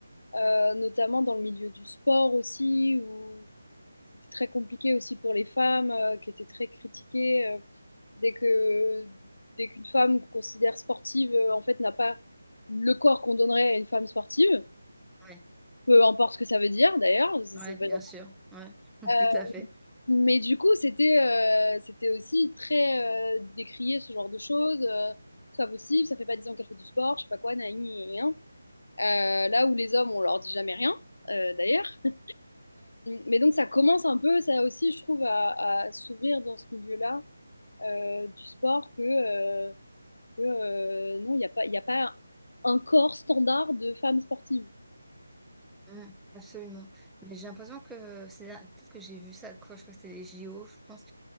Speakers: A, on the left; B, in the centre.
A: euh, notamment dans le milieu du sport aussi, où c'était très compliqué aussi pour les femmes euh, qui étaient très critiquées. euh, dès que dès qu'une femme qu'on considère sportive euh, en fait n'a pas le corps qu'on donnerait à une femme sportive,
B: ouais,
A: peu importe ce que ça veut dire d'ailleurs. ça-
B: ouais,
A: ça veut
B: bien
A: dire-
B: sûr. Ouais, <laughs>
A: Euh,
B: tout à fait.
A: mais du coup, c'était euh, c'était aussi très euh, décrié ce genre de choses. euh, c'est pas possible, ça fait pas 10 ans qu'elle fait du sport, je sais pas quoi, naï, rien. Euh, là où les hommes, on leur dit jamais rien, euh, d'ailleurs. Euh, mais donc ça commence un peu, ça aussi, je trouve, à, à s'ouvrir dans ce milieu-là euh, du sport que, euh, que euh, non, il n'y a, pas, il y a pas un corps standard de femme sportive.
B: Mm, absolument. Mais j'ai l'impression que c'est peut-être que j'ai vu ça quoi, je crois que c'était les JO, je pense.